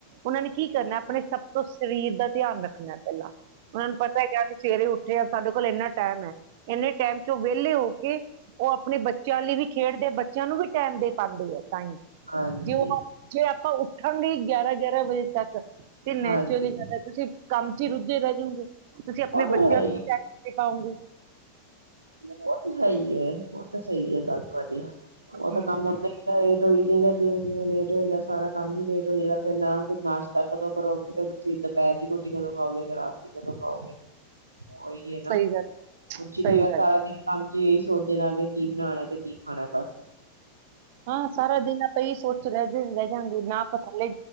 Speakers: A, on the right (about 50°); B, on the right (about 75°).
A: ਉਹਨਾਂ ਨੇ ਕੀ ਕਰਨਾ ਆਪਣੇ ਸਭ ਤੋਂ ਸਰੀਰ ਦਾ ਧਿਆਨ ਰੱਖਣਾ ਪਹਿਲਾਂ ਉਹਨਾਂ ਨੂੰ ਪਤਾ ਹੈ ਕਿਸੀਂ ਸਵੇਰੇ ਉੱਠੇ ਹ ਇੰਨਾ ਟਾਈਮ ਹੈ ਇੰਨੇ ਟਾਈਮ ਚੋਂ ਵਿਹਲੇ ਹੋ ਕੇ ਉਹ ਆਪਣੇ ਬੱਚਿਆਂ ਲਈ ਵੀ ਖੇਡਦੇ ਬੱਚਿਆਂ ਨੂੰ ਵੀ ਟਾਈਮ ਦੇ ਪਾਉਂਦੇ ਹੈ ਤਾਂ ਹੀ
B: ਹਾਂਜੀ
A: ਜ ਉਹ ਜੇ ਆਪਾਂ ਉੱਠਣ ਲਈ ਗਿਆਰਾਂ ਗਿਆਰਾਂ ਵਜੇ ਤੱਕ ਤੇ ਨੈਚੁਰਲੀ
B: ਹਾਂਜੀ
A: ਗੱਲ ਹੈ ਤੁਸੀਂ ਕੰਮ ਚ ਹੀ ਰੁੱਝੇ ਰ ਗੇ <unintelligible> ਤੁਸੀਂ ਆਪਣੇ
B: ਉਹ ਤਾਂ
A: ਬੱਚਿਆਂ
B: ਹੈ ਹੀ
A: ਨੂੰ ਚੈ <unintelligible> ਪਾਉਂਗੀ
B: ਉਹ ਤੇ ਹੈ ਹੀ ਹੈ ਉਹ ਤੇ ਸਹੀ ਹੈ ਗੱਲ ਤੁਹਾਡੀ ਉਹ ਤਾਂ
A: ਹਮ
B: ਕੰਮ ਹੁੰਦਾ <unintelligible> ਲੇਟ ਹੋਈ ਜਾਏਗਾ ਜਿਵੇਂ ਜਿਵੇਂ ਲੇਟ ਹੋਏਗਾ ਸਾਰਾ ਕੰਮ ਹੀ ਲੇਟ ਹੋ ਜਾਵੇਗਾ ਫਿਰ ਨਾ <unintelligible> ਨਾਸ਼ਤਾ ਕਦੋਂ ਕਰੋ ਕਿਤੇ ਤੁਸੀਂ ਦੁਪਹਿਰ ਦੀ ਰੋਟੀ ਕਦੋਂ ਖਾਓਗੇ ਫ ਰਾਤ <unintelligible> ਕਦੋਂ ਖਾਓਗੇ ਉਹੀ ਹੈ
A: ਸਹੀ
B: ਨਾ
A: ਗੱਲ ਹੈ
B: ਕੁਛ ਹੀ
A: ਸਹੀ
B: ਨਹੀਂ ਹੈਗਾ
A: ਗੱਲ
B: ਸਾਰਾ ਦਿਨ ਹਜੀ <unintelligible> ਇਹੀ ਸੋਚਦੇ ਰਹਗੇ ਕੀ ਬਣਾਉਣਾ ਤੇ ਕੀ ਖਾਣਾ ਬਸ
A: ਹਾਂ ਸਾਰਾ ਦਿਨ ਆਪਾਂ ਹੀ ਸੋਚ ਰਹਿਦੇ ਰਹਿ ਜਾਂਗੇ ਨਾ ਆਪਾਂ ਥੱਲੇ